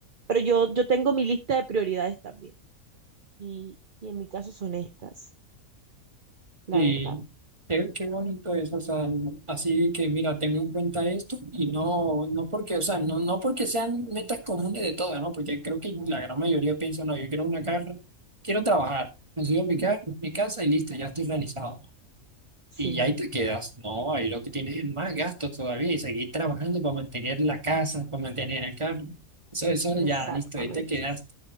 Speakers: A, on the right; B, on the right.
A: pero yo, yo tengo mi lista de prioridades también y, y en mi caso son estas, la
B: Sí,
A: verdad.
B: qué, qué bonito eso, o sea, así que mira, tengo en cuenta esto y no, no porque, o sea, no, no porque sean metas comunes de todas, ¿no? Porque creo que la gran mayoría piensa, no, yo quiero una carrera, quiero trabajar, consigo mi, ca- mi casa y listo, ya estoy realizado.
A: Sí,
B: Y ahí te quedas, no, ahí lo que tienes es más gastos todavía y seguir trabajando para mantener la casa, para mantener el carro. Eso, eso
A: exactamente,
B: ya, listo, ahí te quedas